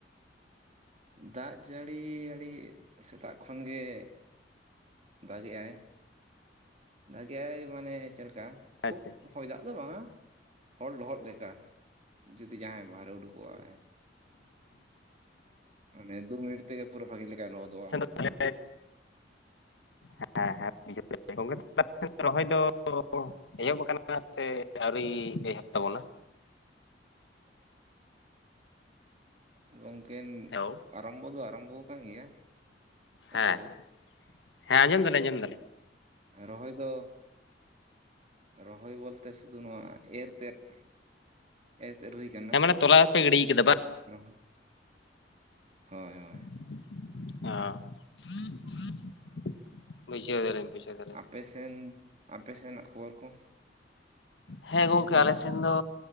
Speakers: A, on the right (about 40°); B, on the left (about 80°).
A: ᱫᱟᱜ ᱡᱟᱹᱲᱤ ᱟᱹᱰᱤ ᱥᱮᱛᱟᱜ ᱠᱷᱚᱱᱜᱮ ᱫᱟᱜᱮᱜ-ᱟᱭ ᱫᱟᱜᱮᱜ-ᱟᱭ ᱢᱟᱱᱮ ᱪᱮᱫ ᱞᱮᱠᱟ ᱠᱷᱩᱵ
B: ᱟᱪᱪᱷᱟ ᱟᱪᱪᱷᱟ
A: ᱦᱚᱭ ᱫᱟᱜ ᱫᱚ ᱵᱟᱝᱟ ᱦᱚᱲ ᱞᱚᱦᱚᱫ ᱞᱮᱠᱟ ᱡᱩᱫᱤ ᱡᱟᱦᱟᱸᱭ ᱵᱟᱦᱨᱮ ᱩᱰᱩᱠᱚᱜᱼᱟᱭ ᱩᱱᱤ ᱫᱩ ᱢᱤᱱᱤᱴ ᱛᱮᱜ ᱯᱩᱨᱟᱹ ᱵᱷᱟᱹᱜᱤ ᱞᱮᱠᱟᱭ ᱞᱚᱦᱚᱫᱚᱜᱼᱟ
B: ᱛᱟᱦᱮᱞᱮ ᱦᱮᱸ ᱦᱮᱸ ᱜᱚᱢᱠᱮ ᱛᱟᱦᱮᱞᱮ ᱨᱚᱦᱚᱭ ᱫᱚ ᱮᱦᱚᱵ ᱟᱠᱟᱱᱟ ᱥᱮ ᱟᱹᱣᱨᱤ ᱮᱦᱚᱵ ᱛᱟᱵᱚᱱᱟ
A: <inaudible> ᱜᱚᱝᱠᱤᱱ
B: ᱦᱮᱞᱳ
A: ᱟᱨᱚᱢᱵᱚ ᱫᱚ ᱟᱨᱚᱢᱵᱚ ᱠᱟᱱ ᱜᱮᱭᱟ ᱦᱮᱞᱳ
B: ᱦᱮᱸ ᱦᱮᱸ ᱟᱸᱡᱚᱢ ᱫᱟᱞᱤᱧ ᱟᱸᱡᱚᱢ ᱫᱟᱞᱤᱧ
A: ᱨᱚᱦᱚᱭ ᱫᱚ ᱨᱚᱦᱚᱭ ᱵᱚᱞᱛᱮ ᱥᱩᱫᱷᱩ ᱱᱚᱣᱟ ᱮᱨᱛᱮᱫ ᱮᱛᱮᱫ ᱦᱩᱭᱟᱠᱟᱱᱟ
B: ᱦᱮᱸ ᱢᱟᱱᱮ ᱛᱚᱞᱟ ᱯᱮ ᱜᱤᱰᱤ ᱠᱟᱫᱟ ᱵᱟᱝ
A: ᱨᱚᱦᱚᱸ ᱦᱳᱭ ᱦᱳᱭ
B: ᱚ
A: ᱚᱠᱮ
B: ᱵᱩᱡᱷᱟᱹᱣ ᱫᱚᱨᱮᱧ ᱵᱩᱡᱷᱟᱹᱣ ᱠᱟᱫᱮ
A: ᱟᱯᱮᱥᱮᱱ ᱟᱯᱮ ᱥᱮᱱᱟᱜ ᱠᱷᱚᱵᱚᱨ ᱠᱚ
B: ᱦᱮᱸ ᱜᱚᱝᱠᱮ ᱟᱞᱮ ᱥᱮᱱ ᱫᱚ